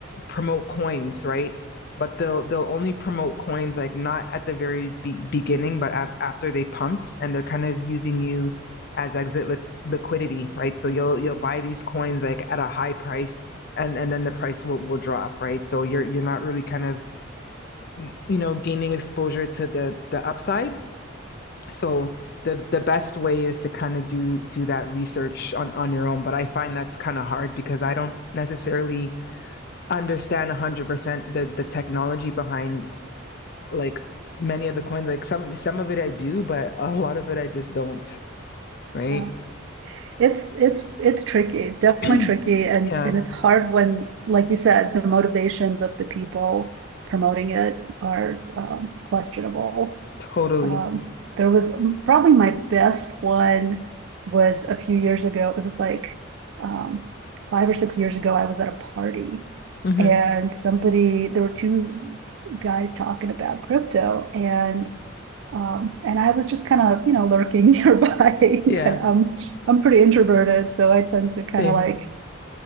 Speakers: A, on the left; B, on the right.
A: promote coins, right? But they'll they'll only promote coins like not at the very be- beginning, but af- after they pumped, and they're kind of using you as exit li- liquidity, right? So you'll you'll buy these coins like at a high price, and and then the price will will drop, right? So you're you're not really kind of you know gaining exposure to the the upside. So the the best way is to kind of do do that research on on your own. But I find that's kind of hard because I don't necessarily understand 100% the the technology behind like many of the coins like some some of it I do but a lot of it I just don't right
B: Yeah. It's it's it's tricky. It's definitely
A: <clears throat>
B: tricky and
A: yeah
B: and it's hard when, like you said, the motivations of the people promoting it are um, questionable.
A: totally
B: Um, there was mm, probably my best one was a few years ago. It was like um, five or six years ago. I was at a party
A: hmm
B: and somebody there were two guys talking about crypto and um, and I was just kind of, you know, lurking nearby. <laughs>
A: yeah
B: Kind of, um, I'm pretty introverted, so I tend to kind
A: same
B: of like,